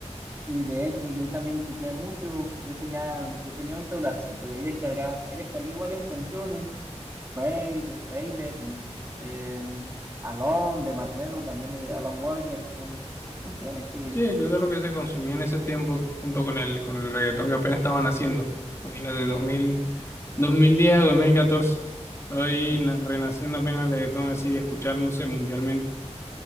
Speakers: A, on the right; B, on the left.
A: Sí, de hecho, yo también escuché mucho, yo tenía, yo tenía un celularcito y ahí descarga, ahí descargué varias canciones Faded, Faded, mm, eh, Alone de Marshmello, también es de Alan Walker, son canciones que,
B: Sí, que eso es lo que se consumía en ese tiempo junto con el, con el reggaetón que apenas estaban haciendo. Imagínate,
A: sí,
B: 2000, 2010 a 2014. Ahí
A: sí.
B: na- renaciendo apenas el reggaetón así, escuchándose mundialmente.